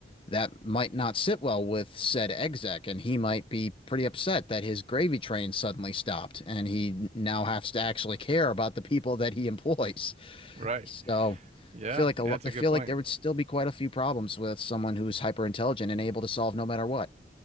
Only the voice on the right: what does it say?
Right.
Yeah, Yeah.
that's
a good
point.